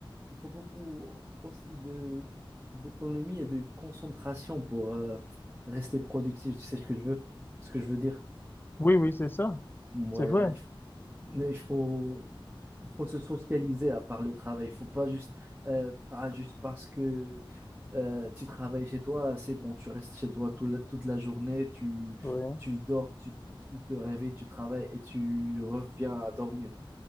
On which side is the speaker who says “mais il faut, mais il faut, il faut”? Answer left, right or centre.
Right